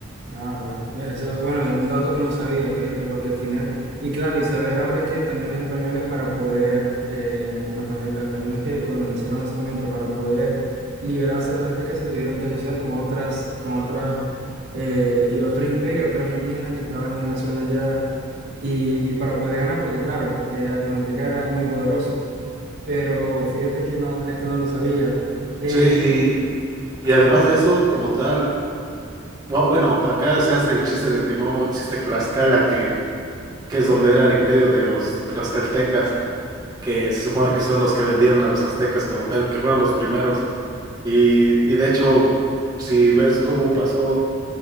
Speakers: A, on the right (about 55°); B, on the right (about 20°).
A: Ah, bueno, eso, bueno, un dato que no sabía, fíjate, porque al final, y claro, y saber ahora que también los españoles para poder, eh, eh, los español- los españoles que colonizaron ese momento, para poder liberarse de los aztecas, se tuvieron que asociar con otras, con otras, eh, y otros imperios, otros indígenas que estaban en la zona ya, y, y para poder ganar, porque claro, era, los aztecas eran muy poderosos, pero fíjate que no, esto no lo sabía. Eh,
B: Sí, y,
A: ajá,
B: y además de eso, como tal, bu- bueno, acá se hace el chiste de que no existe Tlaxcala, que, que es donde era el imperio de los tlaxcaltecas, que se supone que son los que vendieron a los aztecas como tal, que fueron los primeros. Y, y de hecho, si ves cómo pasó